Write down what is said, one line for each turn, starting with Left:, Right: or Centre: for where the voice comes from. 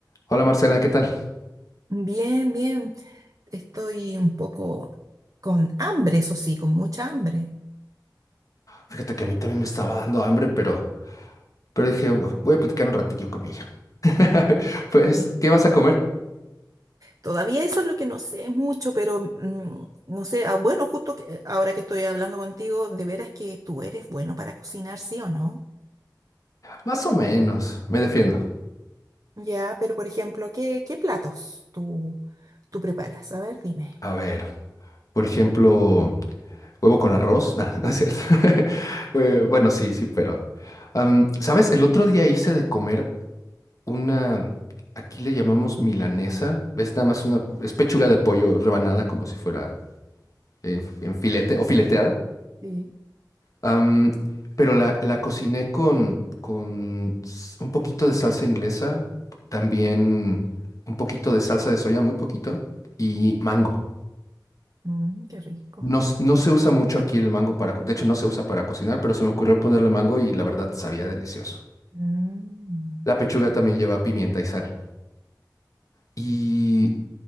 Left: Hola Marcela, ¿qué tal?
Right: Bien, bien. Estoy un poco con hambre, eso sí, con mucha hambre.
Left: Fíjate que a mí también me estaba dando hambre, pero, pero dije, "Bu- voy a platicar un ratillo con ella. <laughs> Pues,
Right: Mm.
Left: ¿qué vas a comer?
Right: Todavía eso es lo que no sé mucho, pero mm, no sé, ah, bueno, justo que, eh, ahora que estoy hablando contigo, de veras que tú eres bueno para cocinar, ¿sí o no?
Left: Más o menos, me defiendo.
Right: Ya, pero por ejemplo, ¿qué, qué platos tú, tú preparas? A ver, dime.
Left: A ver, por ejemplo, huevo con arroz. Nah, <laughs> no es cierto. <laughs> Eh, Bueno, sí, sí, pero... am, ¿sabes? El otro día hice de comer una... Aquí le llamamos milanesa. Es nada más una... Es pechuga de pollo rebanada como si fuera en en filete o fileteada.
Right: Sí.
Left: Am, pero la, la cociné con, con s- un poquito de salsa inglesa, también un poquito de salsa de soya, muy poquito, y mango.
Right: Mm, qué rico.
Left: No, s- no se usa mucho aquí el mango para, co- de hecho no se usa para cocinar, pero se me ocurrió ponerle mango y la verdad sabía delicioso.
Right: Mm.
Left: La pechuga también lleva pimienta y sal. Y